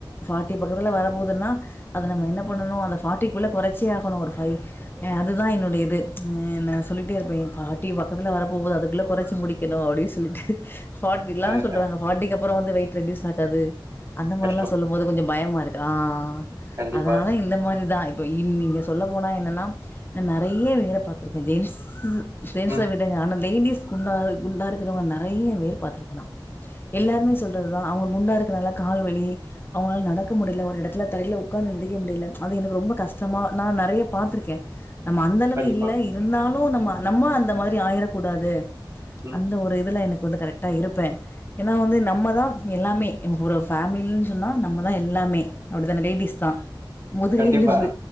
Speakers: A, on the left (about 25°); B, on the right (about 40°).
A: ஃபாட்டி பக்கத்துல வர போகுதுன்னா அத நம்ம என்ன பண்ணணு அந்த ஃபடிக்குள்ள குறைச்சே ஆகணு ஒரு ஃபை அதுதா என்னுடைய இது நா சொல்லிட்டே இருப்பே ஏ ஃபட்டி பக்கத்துல வரப்போகுது அதுக்குள்ள குறைச்சு முடிக் னு அப்டின்னு சொல்லிட்டு ஃபட்டிலா
B: ஆ ஆ
A: சொல்றாங்க
B: ஆ
A: ஃபட்டிக்கு அப்பற வந்து வெயிட் ரெடியூஸ் ஆகாது அந்த மாதிரல்லா
B: கஷ்டோ
A: சொல்லும் போது கொஞ்சோ பயமா இருக்கா ஆ
B: கண்டிப்பா
A: அதனால இந்த மாரி தா இப்போ இ நீங்க சொல்ல போனா என்னென்னா நா நெறையா வேல பாத்துருக்கே தேவ்ஸ் சு ஜென்ஸ்ச
B: ம்
A: விடுங்க ஆனால் லேடிஸ் குண்டா குண்டா இருக்கிறவங்க நெறைய வேர் பாத்துருக்கனா எல்லாருமே சொல்றதுதா அவங்க குண்டா இருக்கனால கால்வலி அவங்களால நடக்க முடியல ஒரு எடத்துல தரையில உக்காந்து எந்தரிக்க முடியல அது எனக்கு ரொம்ப கஷ்டமா நா நெறையா பாத்திருக்கே நம்ம அந்த அளவு
B: கண்டிப்பா
A: இல்ல இருந்தாலு நம்ம நம்ம அந்த மாதிரி ஆயிரக் கூடாது
B: ம்
A: அந்த ஒரு இதுல எனக்கு வந்து கரெக்டா இருப்பே ஏனா வந்து நம்மதா எல்லாமே ஒரு ஃபேமில்னு சொன்னா நம்மதா எல்லாமே அப்டித்தான லேடிஸ்தா முதுகு
B: கண்டிப்பா
A: எலும்பு